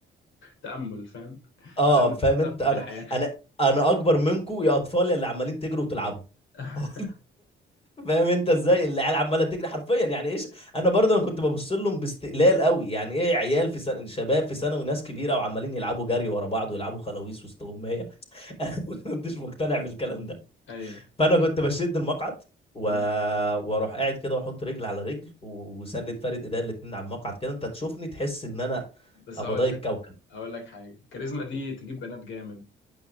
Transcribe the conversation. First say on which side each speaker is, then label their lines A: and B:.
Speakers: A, on the left; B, on the left.
A: تأمل فاهم <laughs>
B: اه
A: تأمل
B: فاهم انت
A: ثقتي
B: انا
A: في الحياة
B: انا انا اكبر منكم يا اطفال يا اللي عمالين تجروا وتلعبوا
A: <laughs>
B: <laughs> فاهم انت ازاي العيال عماله تجري حرفيا يعني ايش انا برضه انا كنت ببص لهم باستقلال قوي يعني ايه عيال في سنه شباب في سنه وناس كبيره وعمالين يلعبوا جري ورا بعض ويلعبوا خلاويص وسط اميه <laughs> انا ما كنتش مقتنع بالكلام ده
A: ايوه
B: فانا كنت بشد المقعد و...
A: مم.
B: واروح قاعد كده واحط رجل على رجل و- وسند فارد ايديا الاتنين على المقعد كده انت تشوفني تحس ان انا
A: بس
B: ابضاي
A: اقول
B: الكوكب
A: لك اقول لك حاجة الكاريزما دي تجيب بنات جامد